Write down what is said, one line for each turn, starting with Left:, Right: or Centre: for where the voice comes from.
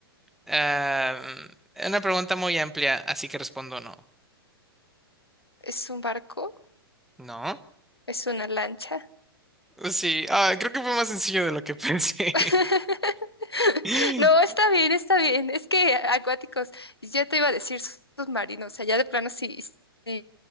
Centre: Ah, Es una pregunta muy amplia, así que respondo no.
Left: ¿Es un barco?
Centre: No.
Left: ¿Es una lancha?
Centre: Sí, ah, creo que fue más sencillo de lo que pensé.
Left: <laughs>
Centre: <laughs>
Left: No, está bien, está bien. Es que acuáticos, ya te iba a decir submarinos, o sea, ya de plano sí, sí,